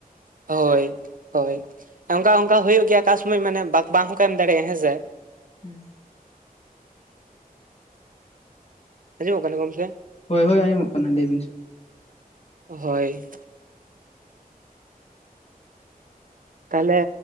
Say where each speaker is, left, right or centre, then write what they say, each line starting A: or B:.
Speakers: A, on the right; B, on the left.
A: ᱦᱚᱭ, ᱦᱚᱭ ᱾ ᱚᱱᱠᱟ ᱚᱱᱠᱟ ᱦᱩᱭᱩᱜ ᱜᱮᱭᱟ ᱚᱠᱟ ᱥᱚᱢᱚᱭ ᱢᱟᱱᱮ ᱵᱟᱝ ᱦᱚᱸᱠᱚ ᱮᱢ ᱫᱟᱲᱮᱭᱟᱜ-ᱟ ᱦᱮᱸ ᱥᱮ
B: ᱦᱮᱸ
A: ᱟᱸᱡᱚᱢᱚᱜ ᱠᱟᱱᱟ ᱜᱚᱢᱠᱮ?
B: ᱦᱳᱭ ᱦᱳᱭᱸᱡᱚᱢᱚᱜ ᱠᱟᱱᱟ ᱞᱟᱹᱭ ᱵᱤᱱ ᱥᱮᱫ
A: ᱦᱳᱭ ᱛᱟᱦᱚᱞᱮ